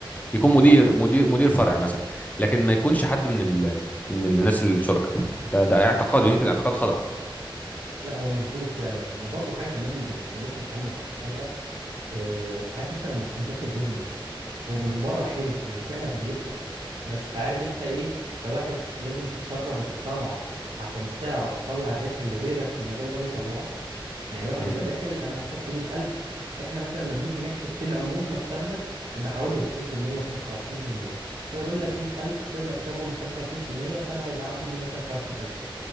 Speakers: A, on the left (about 15°); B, on the right (about 75°).
A: يكون
B: مظبوط
A: مدير مدير مدير فرع مثلا لكن ما يكونش حد من ال... من الناس الشركاء ده ده اعتقاد ويمكن اعتقاد خطأ
B: لا هو مظبوط فعلا وبرضه حاجه كمان بت... الناس مش عامله حسابها آه، عارف انت لما تكون داخل بيزنس هو من بره حلو وفعلا بيكسب بس عارف انت ايه كواحد لازم تتشرب الصنعة عشان تعرف تطلع الربح اللي غيرك في المجال ده بيطلعه يعني الواحد
A: مم.
B: بيبقى داخل انا هحط مئة ألف احنا مثلا لما بنيجي نحسب في العموم مكسبنا بيبقى حوالي
A: مم.
B: 20% 25% فيقول
A: مم.
B: لك مئة ألف مكسبهم 25% فأنا هيبقى عندي 125 ألف